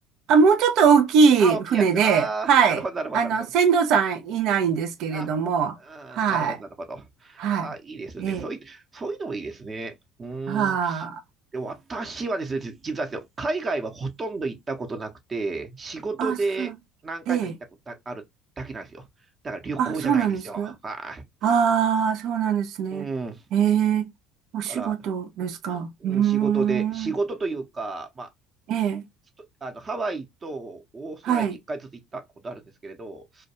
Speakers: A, on the right; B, on the right.
A: あ、もうちょっと大きい船で、
B: あ、大きいやつ。ああ、
A: はい。
B: なるほど、なるほど、
A: あの、
B: なるほど。
A: 船頭さんいないんですけれども、
B: あ、
A: はい。
B: うん、なるほど、なるほど。
A: は
B: あ、いいですね。
A: い。え、
B: そういう、そういうのもいいですね。うーん。
A: は
B: で、私はですね、じ実はですよ、海外はほとんど行ったことなくて、仕事で何回か行ったことだあるだけなんですよ。
A: あ、あ、そう、え、
B: だから旅行じゃないんですよ。
A: あ、そうなんですか
B: はい。
A: ああそうなんですね。
B: うん。だ
A: ええお仕事ですかうーん。
B: から、うん、仕事で、仕事というか、まあ、
A: ええ、
B: ひとあの、ハワイとオーストラリアに1回ずつ行ったことあるんですけれど、
A: はい。